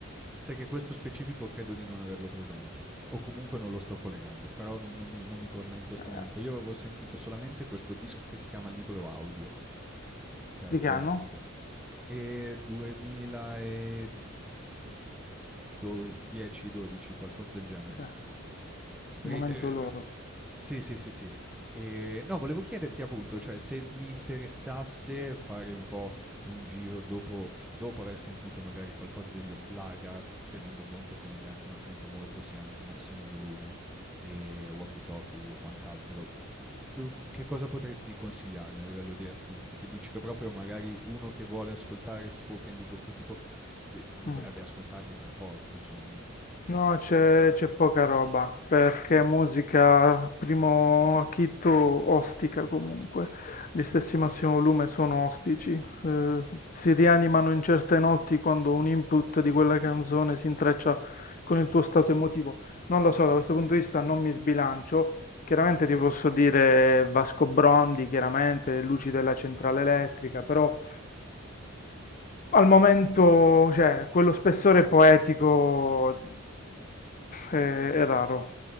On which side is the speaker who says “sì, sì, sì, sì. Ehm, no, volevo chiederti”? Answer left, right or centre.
Centre